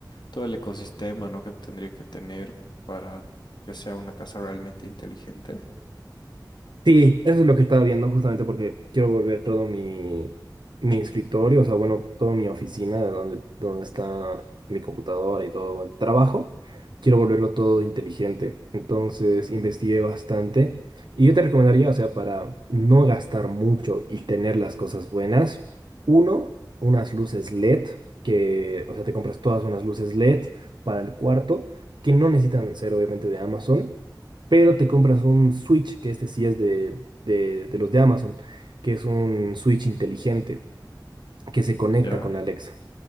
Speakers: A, on the left; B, on the right.
A: todo el ecosistema, ¿no? Que tendría que tener para que sea una casa realmente inteligente.
B: Sí, eso es lo que estaba viendo justamente porque quiero volver todo mi, mi escritorio, o sea, bueno, toda mi oficina, de donde, donde está mi computadora y todo el trabajo, quiero volverlo todo inteligente. Entonces, investigué bastante y yo te recomendaría, o sea, para no gastar mucho y tener las cosas buenas, uno, unas luces LED, que, o sea, te compras todas unas luces LED para el cuarto, que no necesitan ser obviamente de Amazon pero te compras un Switch, que este sí es de, de, de los de Amazon, que es un Switch inteligente que se conecta
A: ¿Ya?
B: con Alexa.